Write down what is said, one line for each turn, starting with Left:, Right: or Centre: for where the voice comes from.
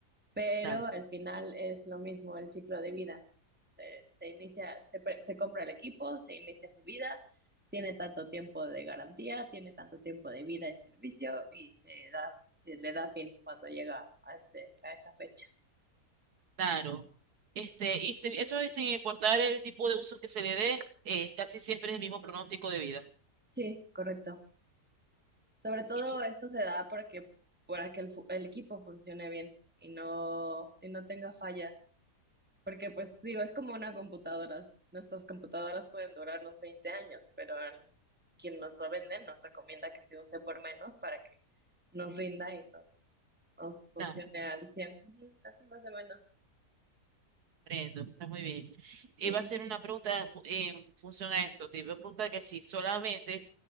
Centre: pero
Right: Claro.
Centre: al final es lo mismo el ciclo de vida. Se, se inicia, se, pre- se compra el equipo, se inicia su vida, tiene tanto tiempo de garantía, tiene tanto tiempo de vida y servicio y se da, se le da fin cuando llega a este, a esa fecha.
Right: Claro. Este, y si- eso es sin importar el tipo de uso que se le dé, eh, casi siempre es el mismo pronóstico de vida.
Centre: Sí, correcto. Sobre todo
Right: y su
Centre: esto se da porque pues, para que el, fu- el equipo funcione bien y no, y no tenga fallas. Porque pues digo, es como una computadora. Nuestras computadoras pueden durarnos 20 años, pero el- quien nos lo vende nos recomienda que se use por menos para que nos rinda y nos, nos funcione
Right: está,
Centre: al cien Ujú, Así más o menos.
Right: comprendo, está muy bien. Iba
Centre: Sí.
Right: a hacer una pregunta fu- en función a esto. Te iba a preguntar que si solamente